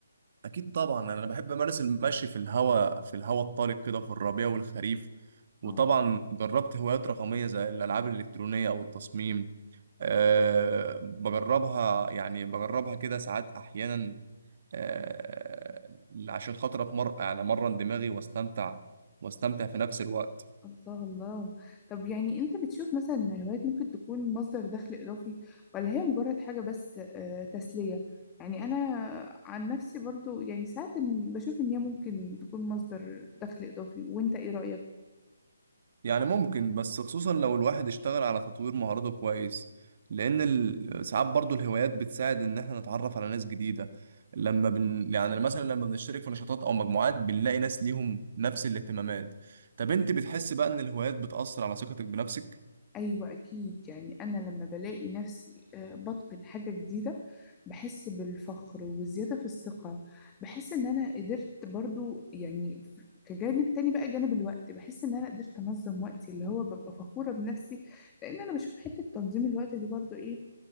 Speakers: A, on the right; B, on the left.
A: أكيد طبعا أنا بحب أمارس المشي في الهواء في الهواء الطلق كده في الربيع والخريف وطبعا
B: اه
A: جربت هوايات رقمية زي الألعاب الإلكترونية أو التصميم أه بجربها يعني بجربها كده ساعات أحيانا آه، عشان خاطر اتمر يعني امرن دماغي واستمتع واستمتع في نفس الوقت
B: الله الله طب يعني أنت بتشوف مثلا إن الهوايات ممكن تكون مصدر دخل إضافي ولا هي مجرد حاجة بس آه، تسلية؟ يعني أنا عن نفسي برضو يعني ساعات إن- بشوف إن هي ممكن تكون مصدر دخل إضافي وأنت إيه رأيك؟
A: يعني ممكن بس خصوصا لو الواحد اشتغل على تطوير مهاراته كويس لان ال- ساعات برضو الهوايات بتساعد ان احنا نتعرف على ناس جديدة لما بن يعني مثلا لما بنشترك في نشاطات او مجموعات بنلاقي ناس ليهم نفس الاهتمامات طب انت بتحس بقى ان الهوايات بتأثر على ثقتك بنفسك
B: أيوة أكيد يعني أنا لما بلاقي نفسي آه، بتقن حاجة جديدة بحس بالفخر والزيادة في الثقة بحس إن أنا قدرت برضو يعني ف- كجانب تاني بقى جانب الوقت بحس إن أنا قدرت أنظم وقتي اللي هو ببقى فخورة بنفسي لأن أنا بشوف حتة تنظيم الوقت دي برضو إيه